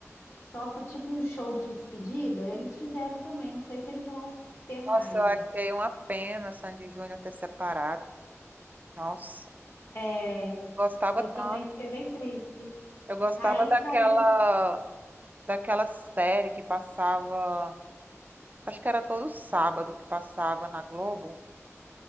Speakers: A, on the left; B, on the right.
A: só por tipo um show de despedida, eles fizeram também. Não sei se eles vão ter mais,
B: Nossa, eu achei
A: assim.
B: uma pena Sandy Júnior ter separado. Nossa,
A: É,
B: gostava
A: eu
B: tanto.
A: também fiquei bem triste.
B: Eu gostava
A: Aí
B: daquela,
A: saiu,
B: daquela série que passava. Acho que era todo sábado que passava na Globo